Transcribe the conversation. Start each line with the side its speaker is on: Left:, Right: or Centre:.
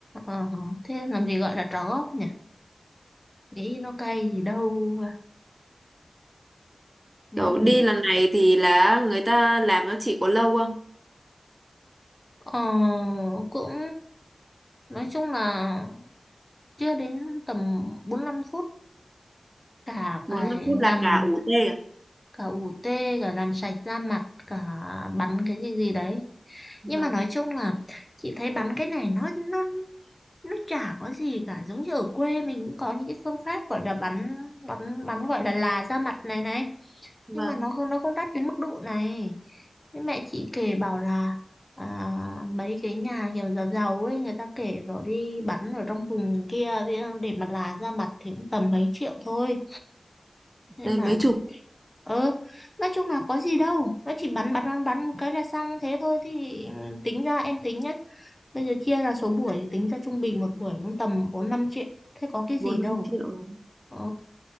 Left: Ờ, thế làm gì gọi là trả góp nhỉ? Nghĩ nó cay gì đâu. Mất.
Right: Kiểu đi lần này thì là người ta làm nó chỉ có lâu không?
Left: Ờ, cũng nói chung là chưa đến tầm 45 phút cả
Right: bốn
Left: cái
Right: 5 phút
Left: làm
Right: là cả ủ tê à?
Left: cả ủ tê cả làm sạch da mặt cả bắn cái gì gì đấy
Right: Vâng,
Left: nhưng mà nói chung là chị thấy bắn cái này nó nó nó chả có gì cả giống như ở quê mình cũng có những cái phương pháp gọi là bắn bắn bắn gọi là là ra mặt này này
Right: vâng.
Left: nhưng mà nó không nó không đắt đến mức độ này Thế mẹ chị kể bảo là à, mấy cái nhà kiểu giàu giàu ấy người ta kể vào đi bắn ở trong vùng kia kia để mà là ra mặt thì cũng tầm mấy triệu thôi thế
Right: Đây
Left: mà
Right: mấy chục,
Left: ơ nói chung là có gì đâu nó chỉ bắn bắn bắn bắn một cái là xong thế thôi thì tính ra em tính nhá Bây giờ chia là số buổi thì tính ra trung bình một buổi cũng tầm bốn năm triệu. Thế có cái gì
Right: 4
Left: đâu.
Right: 5 triệu
Left: Ờ,